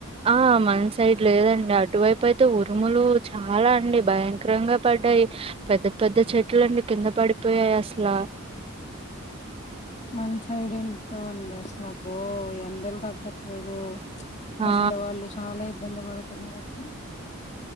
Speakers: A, on the right (about 25°); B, on the left (about 30°).
A: ఆ మ సైడ్ లేదండి అటువైపు అయితే ఉరుములు చాలా అండి భయంకరంగా పడ్డాయి పెద్ద పెద్ద చెట్లండి కింద పడిపోయాయి అసల
B: మన సైడ్ ఎమ్ ఏమి లే అబ్బో ఎండలు తగ్గట్లేదు
A: ఆ!
B: ముసలివాళ్ళు చాలా ఇ ఇబ్బంది పడుతున్నారు అసలు